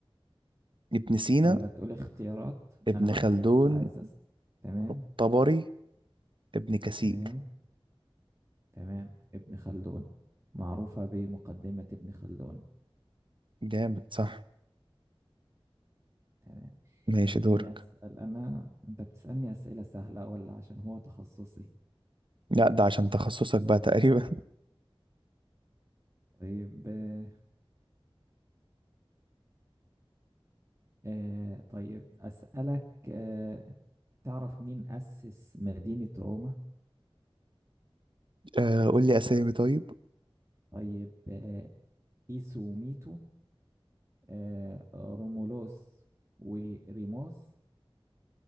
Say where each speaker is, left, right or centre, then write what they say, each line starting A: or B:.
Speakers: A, on the right; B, on the right.
A: ابن سينا
B: طيب هتقول اختيارات
A: ابن
B: أنا عارفه
A: خلدون
B: بس عايز أس... تمام
A: الطبري ابن كثير
B: تمام تمام ابن خلدون معروفة بمقدمة ابن خلدون
A: جامد صح
B: تمام
A: ماشي
B: خليني
A: دورك
B: أسأل أنا أنت بتسألني أسئلة سهلة ولا عشان هو تخصصي
A: لا ده عشان تخصصك بقى تقريبا <laughs>
B: طيب آه آه، طيب أسألك آه تعرف مين أسس مدينة روما
A: آه قول لي اسامي طيب
B: طيب آه إيسو وميتو آه، رومولوس وريموس